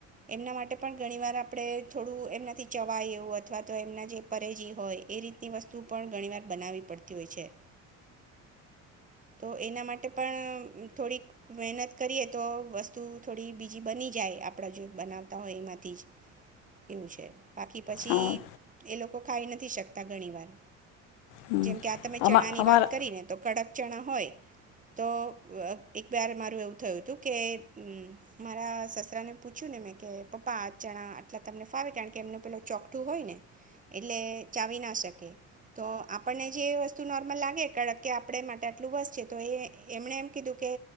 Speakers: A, on the right (about 20°); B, on the left (about 80°).
A: એમના માટે પણ ઘણી વાર આપણે થોડું એમનાથી ચવાય એવું અથવા તો એમના જે પરેજી હોય એ રીતની વસ્તુ વસ્તુ પણ ઘણી વાર બનાવી પડતી હોય છે, તો એના માટે પણ થોડીક મહેનત કરીએ તો વસ્તુ થોડી બીજી બની જાય આપણા જો બનાવતા હોય એમાંથી જ એવું છે. બાકી પછી
B: હા
A: એ લો ખાઈ નથી શકતા ઘણી વાર.
B: હમ
A: જેમ કે આ તમે ચણા
B: અમા
A: ની
B: અમારા
A: વાત કરી ને તો કડક ચણા હોય. તો એક વાર મારું એવું થયુ તું કે મારા સસરા ને પૂછ્યું, ને મે કે પપ્પા આ ચણા આટલા તમને ફાવે કારણ કે એમનું પેલું ચોકઠું હોય ને એટલે ચાવી ના શકે. તો આપણને જે વસ્તુ નોર્મલ લાગે કરણકે આપણે માટે આટલું બસ છે, તો એ એમણે એમ કીધું કે